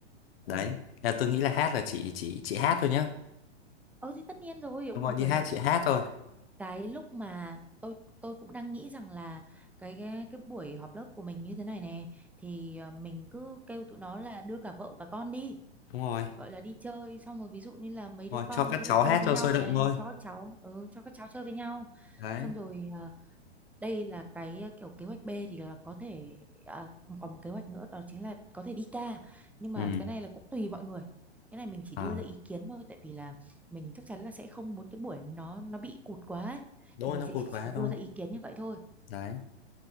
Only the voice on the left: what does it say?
đấy là tôi nghĩ là hát là chị chị chị hát thôi nhá
đúng rồi
đi
hát
chị hát thôi
đúng rồi
đúng rồi
cho
các
cháu
hát
cho
sôi
động thôi
đấy
ừ
à
đúng
rồi
nó
cụt
quá
thôi
đấy